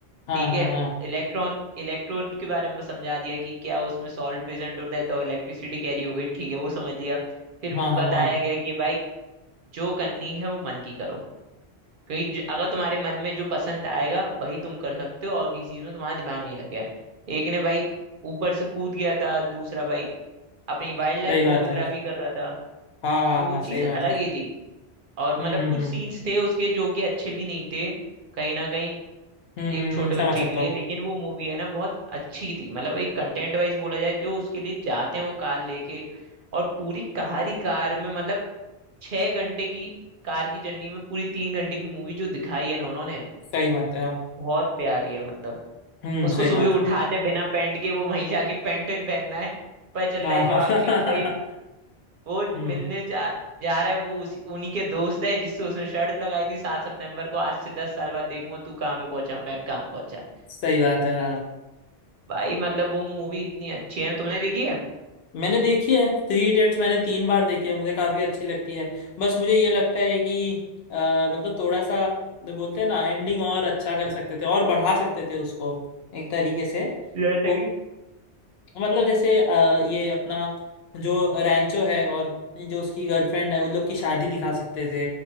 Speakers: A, on the left; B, on the right.
A: हाँ
B: ठीक
A: हाँ
B: है
A: हाँ
B: इलेक्ट्रॉन इलेक्ट्रोड के बारे में समझा दिया कि क्या उसमें सॉल्ट प्रेजेंट होता है तो इलेक्ट्रिसिटी कैरी हो गई ठीक है वो समझ लिया फिर
A: हाँ हाँ
B: बताया
A: हाँ
B: गया कि भाई जो करनी है वो मन की करो क्योंकि ज- अगर तुम्हारे मन में जो पसंद आएगा वही तुम कर सकते हो और किसी चीज में तुम्हारा दिमाग नहीं लगेगा एक ने भाई ऊपर से कूद गया था दूसरा भाई अपनी वाइल्ड लाइफ
A: सही बात
B: फोटोग्राफी
A: है
B: कर रहा था
A: हाँ हाँ
B: तो वो
A: हाँ सही
B: चीज
A: बात
B: अलग
A: है
B: ही थी और
A: हम्म
B: मतलब कुछ
A: हम्म हम्म
B: सीन्स थे उसके जो कि अच्छे भी नहीं थे कहीं ना कहीं
A: हम्म
B: एक
A: हम्म,
B: छोटे
A: हम्म,
B: बच्चे
A: समझ सकता
B: के लिए
A: हूँ
B: लेकिन वो मूवी है ना बहुत अच्छी थी मतलब एक कंटेंट वाइज बोला जाए जो उसके लिए जाते हैं वो कार लेके और पूरी कार ही कार में मतलब छह घंटे की कार की जर्नी में पूरी तीन घंटे की मूवी जो दिखाई है ना उन्होंने
A: सही बात है हाँ
B: बहुत प्यारी है मतलब
A: हम्म
B: उसको
A: सही
B: सुबह
A: बात
B: उठाते
A: है
B: बिना पैंट के वो वहीं जाके पैंट ही पहनना है पर चल
A: हाँ
B: रहा है जो आखिरी में भाई
A: <laughs>
B: वो
A: हम्म
B: मिलने जा जा रहा है वो उसी उन्हीं के दोस्त है जिससे उसने शर्त लगाई थी सात सितंबर को आज से दस साल बाद देखूंगा तू कहाँ पे पहुंचा मैं कहाँ पहुंचा
A: सही बात है हाँ
B: भाई मतलब वो मूवी इतनी अच्छी है ना तुमने देखी है
A: मैंने देखी है थ्री इडियट्स मैंने तीन बार देखी है मुझे काफी अच्छी लगती है बस मुझे ये लगता है कि अ, मतलब थोड़ा सा जो बोलते हैं ना एंडिंग और अच्छा कर सकते थे और बढ़ा सकते थे उसको एक तरीके से
B: जैसे
A: वो
B: कि
A: मतलब जैसे अ, ये अपना जो रैंचो है और जो उसकी गर्लफ्रेंड है उन लोग की शादी दिखा सकते थे